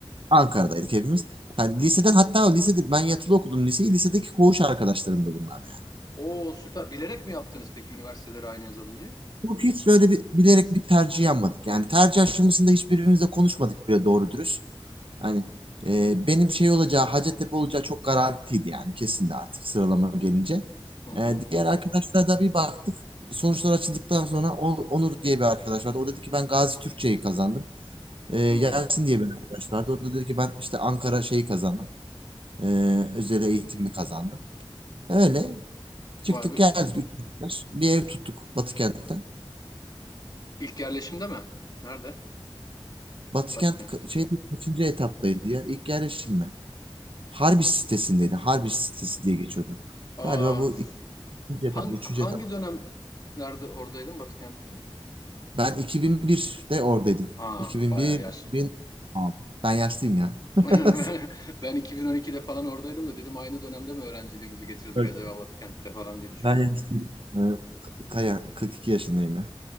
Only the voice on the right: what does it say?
Ankara'daydık hepimiz. Yani liseden hatta lisede ben yatılı okudum liseyi. Lisedeki koğuş arkadaşlarım da bunlar yani.
Yok hiç böyle bir, bilerek bir tercih yapmadık. Yani tercih aşamasında hiçbirimizle konuşmadık bile doğru dürüst. Hani e, benim şey olacağı, Hacettepe olacağı çok garantiydi yani kesindi artık sıralama gelince.
E,
diğer arkadaşlara da bir baktık. Sonuçlar açıldıktan sonra O- Onur diye bir arkadaş vardı. O dedi ki ben Gazi Türkçe'yi kazandım. E, Yasin
diye bir arkadaş vardı. O da dedi ki ben işte Ankara şeyi kazandım. E, özel eğitimi kazandım. Öyle çıktık
geldik. üçüncü sınıf. Bir ev tuttuk Batıkent'te.
Batıkent
ka- şeyde kaçıncı etaptaydı ya? İlk yerleşim mi? Harbiç sitesindeydi. Harbiç sitesi diye geçiyordu.
Galiba bu
ikinci etap
mı, üçüncü
etap. mı?
Ben 2001'de oradaydım.
2001,
2006. Ben yaşlıyım ya. <laughs>
Yok,
Ben yaşlıyım. Ee, Kaya, 42 yaşındayım ya.